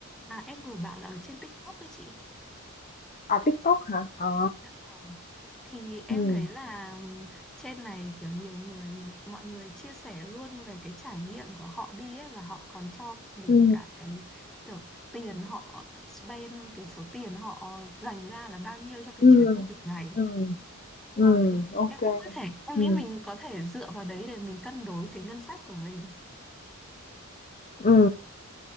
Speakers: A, in the centre; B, on the left.
A: À, em vừa bảo là ở trên TikTok đấy chị.
B: À TikTok hả? Ờ.
A: Dạ vâng. Thì em
B: Ừ.
A: thấy là trên này kiểu nhiều người, này- mọi người chia sẻ luôn về cái trải nghiệm của họ đi ấy và họ còn cho mình
B: Ừ.
A: cả cái kiểu tiền họ spend, cái số tiền họ dành ra là bao nhiêu cho cái
B: Ừ.
A: chuyến du lịch này.
B: Ừ. Ừ.
A: Vâng thì
B: Ok.
A: em cũng có thể em
B: Ừ.
A: nghĩ mình có thể dựa vào đấy để mình cân đối cái ngân sách của mình.
B: Ừ.